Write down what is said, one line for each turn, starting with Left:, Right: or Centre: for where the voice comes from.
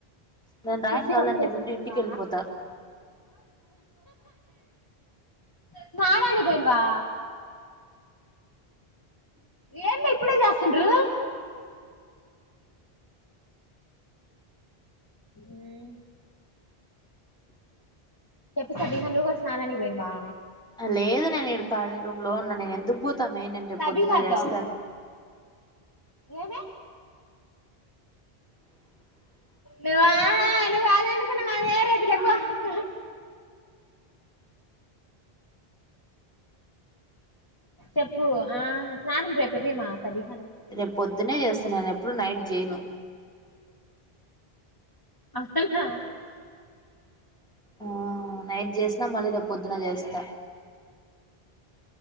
Centre: నేను రాయను
Left: పెద్ది
Centre: కావాలంటే
Left: ఒకటే సుక్కా
Centre: మిడ్ ఇంటికి వెళ్ళిపోతా
Left: స్నానానికి బొయిన్వా ఏం మే ఇప్పుడే చేస్తుండ్రు మ్మ్ చెప్పు సబీహ నువ్వు గూడ స్నానానికి బొయ్నవా
Centre: ఆ లేదు నేను ఇడు కాలీరూమ్ లో ఉన్న నేను ఎందుకు పోతామే నేను రేపు
Left: సబీహాతో
Centre: పొద్దున చేస్తా
Left: ఏమి
Centre: అ
Left: నువ్వా నువ్వు ఆన్నెందుకున్నవు <unintelligible> పో చెప్పు ఆ స్నానం రేపువీమా సబీహ
Centre: రేపు పొద్దున్న చేస్తాను నేను ఎప్పుడు నైట్ చేయను
Left: అవున
Centre: ఆ నైట్ చేసినా మళ్ళీ రేపు పొద్దున చేస్తా